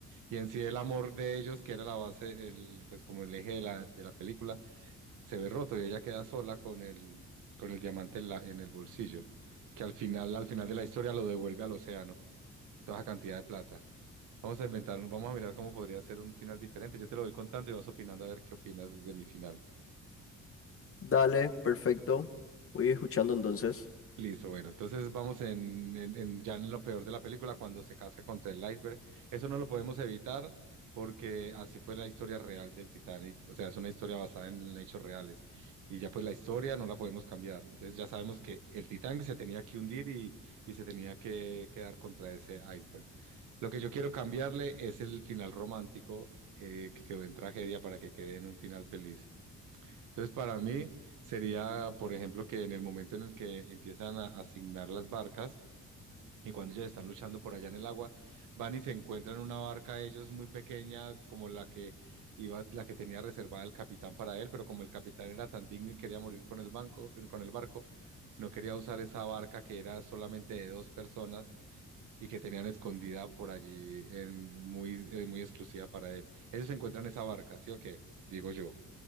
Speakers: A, on the right (about 85°); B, on the left (about 45°).
A: Y en sí el amor de ellos, que era la base, el, pues como el eje de la, de la película, se ve roto y ella queda sola con el, con el diamante en la- en el bolsillo, que al final, al final de la historia lo devuelve al océano, toda esa cantidad de plata. Vamos a inventar, vamos a mirar cómo podría ser un final diferente. Yo te lo voy contando y vas opinando a ver qué opinas de mi final.
B: Dale, perfecto, voy escuchando entonces.
A: Listo, bueno, entonces vamos en, en- en- ya en lo peor de la película, cuando se casca contra el iceberg. Eso no lo podemos evitar porque así fue la historia real del Titanic. O sea, es una historia basada en hechos reales. Y ya pues la historia no la podemos cambiar. Entonces ya sabemos que el Titanic se tenía que hundir y, y se tenía que quedar contra ese iceberg. Lo que yo quiero cambiarle es el final romántico eh, que quedó en tragedia para que quede en un final feliz. Entonces, para mí sería, por ejemplo, que en el momento en el que empiezan a asignar las barcas y cuando ellos están luchando por allá en el agua, van y se encuentran una barca ellos muy pequeña como la que iba, la que tenía reservada el capitán para él, pero como el capitán era tan digno y quería morir con el banco, con el barco, no quería usar esa barca que era solamente de dos personas y que tenían escondida por allí en, muy, eh, muy exclusiva para él. Ellos encuentran esa barca, ¿sí o qué? Digo yo.